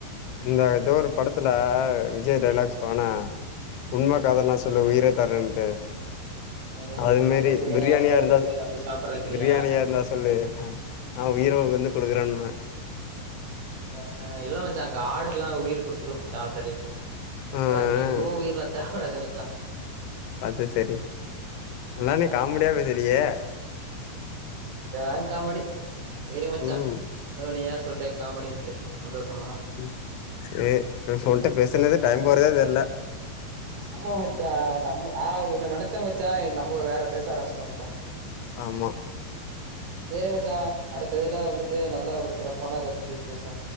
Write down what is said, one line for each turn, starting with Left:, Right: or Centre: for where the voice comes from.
Left: இந்த எதோ ஒரு படத்துல விஜய் டைலாக் சொல்வானா உண்ம காதல்னா சொல்லு
Right: ம்
Left: உயிரத் தர்ரன்டு
Right: இந்த
Left: அது மாரி
Right: மட்டன்
Left: பிரியாணியா இருந்தா
Right: சொல்லு வந்து சாப்பிடறக்கிறியா
Left: பிரியாணியா இருந்தா சொல்லு நா உயிர வந்து குடுக்குறேனுவே
Right: ஆ இல்ல மச்சா அங்க ஆடுல்லா உயிர் குடுத்துறு மச்சா ஆல்ரெடி
Left: ஆ,
Right: அதா பிரியாணி
Left: ஆ.
Right: ஓ உயிர்லா தர கூடாது மச்சா
Left: அது சரி நல்லா
Right: ஆ
Left: நீ காமடியா பேசுறியே
Right: இதலா காமடி சேரி மச்சா
Left: ம்.
Right: எதோ நீயாவது சொல்றியே காமடின்ட்டு சந்தோஷந்தா
Left: ம் சேர் ஓன்ட்ட பேசுனது டைம் போறதே தெர்ல
Right: ச ஆமா மச்சா நம்ம நா ஒன்னு நெனச்சே மச்சா நம்ம வேற பேச ஆரம்பிஸ்ட்டோ மச்சா
Left: ஆமா
Right: சேரி மச்சா அடுத்த இதுல வந்துட்டு நல்லா ஒரு சிறப்பான இத பத்தி பேசுவோ